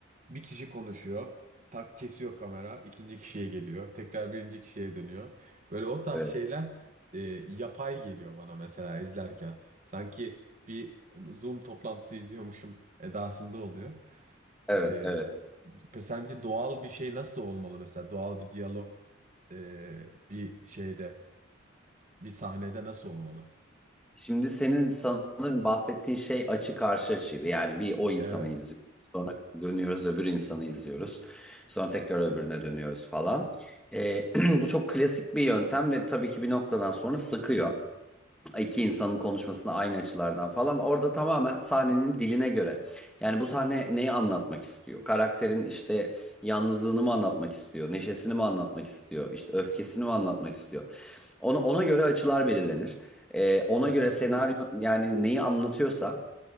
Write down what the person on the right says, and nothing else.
bir kişi konuşuyor. Tak kesiyor kamera. ikinci kişiye geliyor. Tekrar birinci kişiye dönüyor. Böyle o tarz
şeyler e, yapay geliyor bana mesela izlerken. Sanki bir Zoom toplantısı izliyormuşum edasında oluyor.
E,
pe- sence doğal bir şey nasıl olmalı mesela? Doğal bir diyalog e, bir şeyde, bir sahnede nasıl olmalı?
Evet.
Hı
hı.